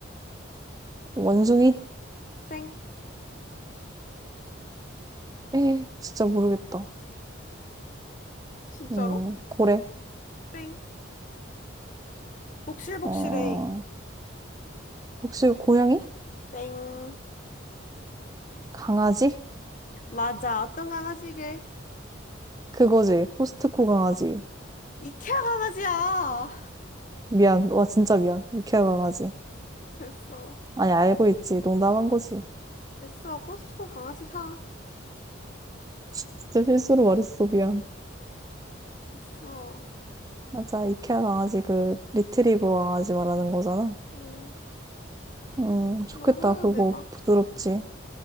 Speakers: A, on the right; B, on the left.
A: 원숭이?
B: 땡.
A: 에, 진짜 모르겠다.
B: 진짜로?
A: 음, 고래.
B: 땡. 복실복실해.
A: 어, 혹시 고양이?
B: 땡.
A: 강아지?
B: 맞아, 어떤 강아지게?
A: 그거지. 코스트코 강아지.
B: 이케아 강아지야!
A: 미안. 와, 진짜 미안. 이케아 강아지.
B: 됐어.
A: 아니, 알고 있지. 농담한 거지.
B: 됐어. 코스트코 강아지 사.
A: 진짜 실수로 말했어. 미안.
B: 됐어.
A: 맞아, 이케아 강아지 그 리트리버 강아지 말하는 거잖아.
B: 음,
A: 음, 좋겠다.
B: 너도 하나
A: 그거
B: 내봐.
A: 부드럽지.